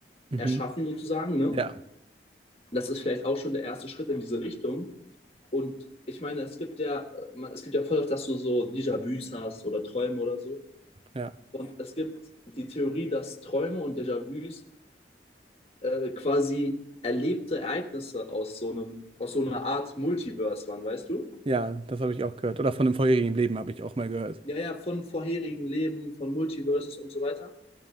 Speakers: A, on the right; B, on the left.
A: Mhm.
B: erschaffen sozusagen, ne?
A: Ja,
B: Das ist vielleicht auch schon der erste Schritt in diese Richtung. Und ich meine, es gibt ja, äh, man- es gibt ja voll oft, dass du so Déjà-vus hast oder Träume oder so.
A: ja,
B: Und es gibt die Theorie, dass Träume und Déjà-vus äh, quasi erlebte Ereignisse aus so einem, aus so einer Art Multiverse waren, weißt du?
A: ja, das habe ich auch gehört. Oder von einem vorherigen Leben habe ich auch mal gehört.
B: Ja, ja, von vorherigen Leben, von Multiverses und so weiter.